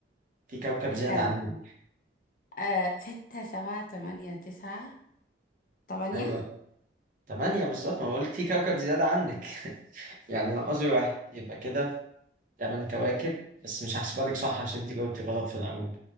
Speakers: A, on the right; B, on the left.
A: في كوكب
B: استنى
A: زيادة عندك
B: استنى آه ستة سبعة تمانية تسعة تمانية
A: أيوة تمانية بالظبط ما بقولك في كوكب زيادة عندك يعني ناقصي واحد يبقى كده تمن كواكب بس مش هحسبها لك صح عشان انت جاوبتي غلط في الأول